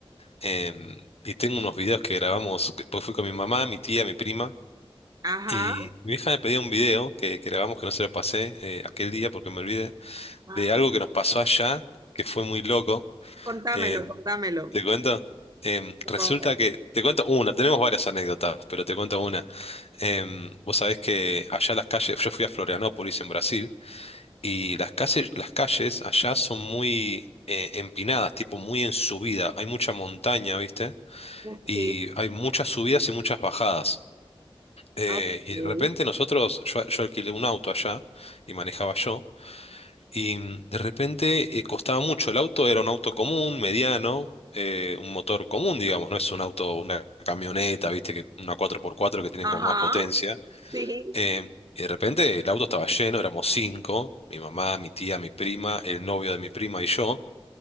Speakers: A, on the left; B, on the right.
A: em, y tengo unos videos que grabamos, que- porque fui con mi mamá, mi tía, mi prima.
B: Ajá,
A: Y mi hija me pedía un video que, que grabamos que no se lo pasé eh, aquel día porque me olvidé,
B: ah,
A: de algo que nos pasó allá, que fue muy loco.
B: contámelo,
A: Eh,
B: contámelo,
A: ¿te cuento? Em,
B: por
A: resulta
B: favor.
A: que, te cuento una, tenemos varias anécdotas, pero te cuento una. Em, vos sabés que allá las calles, yo fui a Florianópolis en Brasil, y las calles, las calles allá son muy eh, empinadas, tipo muy en subida, hay mucha montaña, ¿viste?
B: Ok,
A: Y hay muchas subidas y muchas bajadas. Eh,
B: ok.
A: y de repente nosotros, yo, yo alquilé un auto allá y manejaba yo. Y mm, de repente eh, costaba mucho. El auto era un auto común, mediano, eh, un motor común, digamos, no es un auto, una camioneta, viste, que una cuatro por cuatro que tienen
B: Ajá,
A: con más potencia.
B: sí,
A: Eh, y de repente el auto estaba lleno, éramos cinco, mi mamá, mi tía, mi prima, el novio de mi prima y yo.